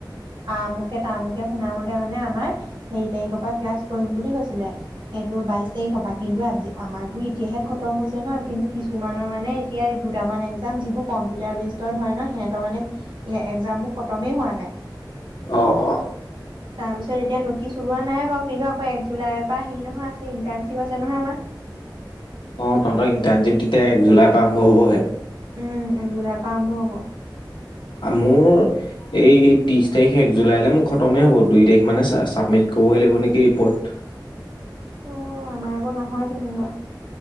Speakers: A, on the right; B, on the left.
A: আ মুখে ত মুুখে শুনা মতে মানে আমাৰ হেৰি তাৰিখৰ পৰা ক্লাছ কৰিম বুলি কৈছিলে সেইটো বাইশ তাৰিখৰ পৰা কিন্তু আজি আমাৰো এতিয়াহে খতম হৈছে ন কিন্তু কিছুমানৰ মানে এতিয়া দুটামান এক যিবোৰ কম্পিউটাৰ বেচৰ হয় ন সিহঁতৰ মানে এক্জামবোৰ খতমেই হোৱা নাই
B: অ অ
A: তাৰপিছত এতিয়া নটিচ ওলোৱা নাইাৰু কিন্তু আকৌ এক জুলাইৰ পৰা হেৰি নহয় আছে ইণ্টাৰ্শ্বিপ আছে নহয় আমাৰ <unintelligible>
B: অ তহঁতৰ ইণ্টাৰ্ণশ্বিপ তেতিয়া এক জুলাইৰ পৰা আৰম্ভ হ'বহে
A: উম জুলাইৰ পৰা আৰম্ভ হ'ব
B: মোৰ এই ত্ৰিশ তাৰিখ এক জুলাইলৈ মোৰ খতমেই হ'ব দুই তাৰিখ মানে চাবমিট কৰিবগৈ লাগিব নেকি ৰিপৰ্ট <unintelligible>
A: অ আমাৰ আকৌ নহয় তেনেকুৱা